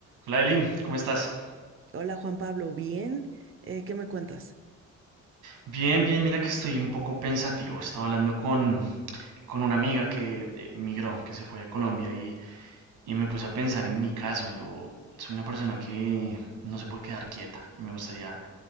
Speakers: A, on the right (about 85°); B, on the right (about 45°).
A: Hola Eli, ¿cómo estás?
B: Hola Juan Pablo, ¿bien? Eh, ¿qué me cuentas?
A: Bien, bien, mira que estoy un poco pensativo. Estaba hablando con, con una amiga que eh, migró, que se fue de Colombia y, y me puse a pensar en mi caso. Yo soy una persona que no se puede quedar quieta y me gustaría